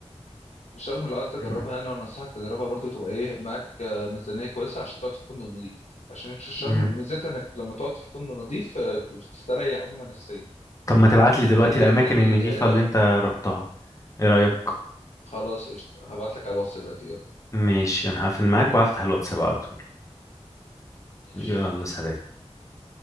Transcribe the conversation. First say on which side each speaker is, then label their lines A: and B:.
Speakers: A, on the left; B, on the left.
A: الشرم لو عايز تجربها
B: <clears throat>
A: يعني وانا انصحك تجربها برضو تبقى ايه معاك آه، ميزانيه كويسه عشان تقعد في فندق نظيف عشان في الشرم
B: مم.
A: ميزتها انك لما تقعد في فندق نظيف آه، بتستريح عموما نفسيا
B: طب ما تبعت لي
A: لان
B: دلوقتي
A: الفنادق
B: الاماكن
A: اللي هناك
B: النضيفة
A: ال- آه،
B: اللي انت رحتها ايه رأيك
A: خلاص قشطة هبعت لك على الواتس دلوقتي يلا
B: ماشي انا هقفل معاك وهفتح الواتساب على طول
A: ماشي
B: يلا سلام